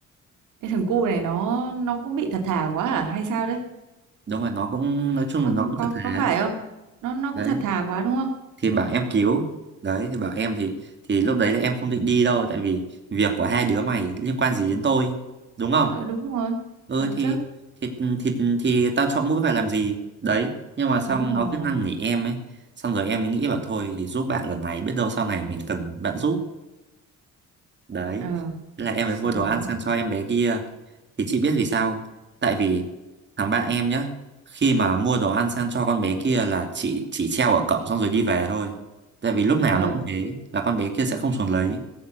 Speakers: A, on the right; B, on the right.
A: Cái thằng cu này nó nó cũng bị thật thà quá à hay sao đấy?
B: đúng rồi nó cũng nói chung
A: Có
B: là nó
A: có
B: cũng
A: có
B: thật thà
A: có phải không? Nó nó
B: đấy
A: cũng thật thà quá đúng không?
B: thì bảo em cứu đấy thì bảo em thì thì lúc đấy là em không định đi đâu tại vì việc của hai đứa mày liên quan gì đến tôi đúng không
A: Ờ, đúng rồi.
B: ừ
A: Thật
B: thì
A: chứ.
B: thì thì thì tao chọn mũi phải làm gì đấy nhưng mà xong
A: Đúng rồi.
B: nó cứ năn nỉ em ấy xong rồi em mới nghĩ bảo thôi thì giúp bạn lần này biết đâu sau này mình cần bạn giúp đấy
A: Ờ.
B: Thế là em
A: Sau
B: mới mua đồ
A: đó
B: ăn sang cho em bé kia Thì chị biết vì sao không? Tại vì thằng bạn em nhá, khi mà mua đồ ăn sang cho con bé kia là chỉ chỉ treo ở cổng xong rồi đi về thôi. Tại vì lúc nào
A: ờ
B: nó cũng thế, là con bé kia sẽ không xuống lấy.